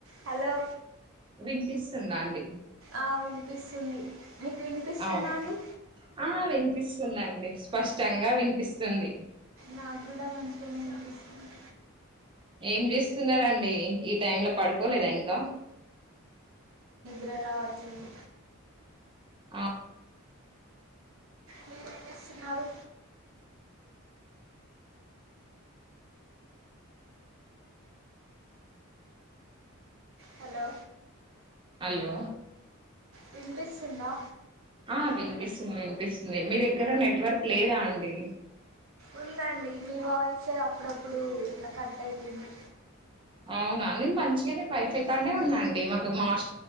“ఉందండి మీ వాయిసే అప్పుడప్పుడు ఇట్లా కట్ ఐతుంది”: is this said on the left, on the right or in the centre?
Right